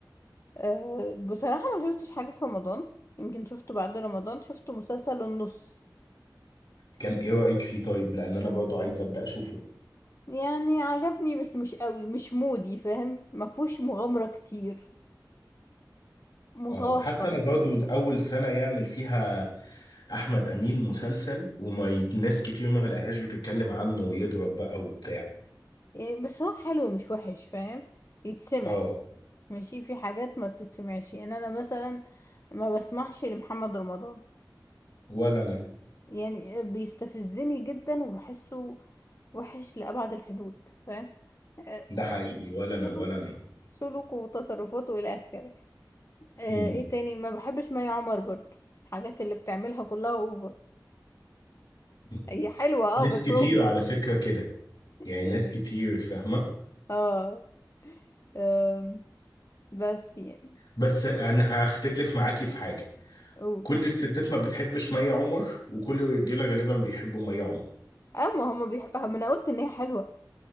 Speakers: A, on the left; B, on the left.
A: أه بصراحة ما شفتش حاجة في رمضان يمكن شفته بعد رمضان شفت مسلسل النص
B: كان ايه رأيك فيه طيب لان انا برضو عايز ابدأ اشوفه
A: يعني عجبني بس مش قوي مش مودي فاهم ما فيهوش مغامرة كتير متوقع
B: اه حتى انا برضو
A: شوية.
B: اول سنة يعمل فيها احمد امين مسلسل وما يت- ناس كتير ما لقاهاش بتتكلم عنه ويضرب بقى وبتاع
A: يعني بس هو حلو مش وحش فاهم يتسمعي
B: اه
A: ماشي في حاجات ما بتتسمعش يعني انا مثلا ما بسمعش لمحمد رمضان
B: ولا انا
A: يعني بيستفزني جدا وبحسه وحش لأبعد الحدود فاهم آه،
B: ده حقيقي ولا
A: سلوك
B: انا ولا انا
A: سلوكه وتصرفاته إلى آخره آه،
B: مم.
A: إيه تاني ما بحبش مي عمر برضو الحاجات اللي بتعملها كلها أوفر
B: مم.
A: هي حلوة أه
B: ناس
A: بس
B: كتير
A: أوفر
B: على فكرة كده يعني
A: يعني
B: ناس كتير فاهمة
A: أه آم، بس يعني
B: بس انا هختلف معاكي في حاجة
A: قول
B: كل الستات ما بتحبش مي عمر وكل الرجاله غالبا بيحبوا مي عمر
A: أه ما هما بيحب ما أنا قلت إن هي حلوة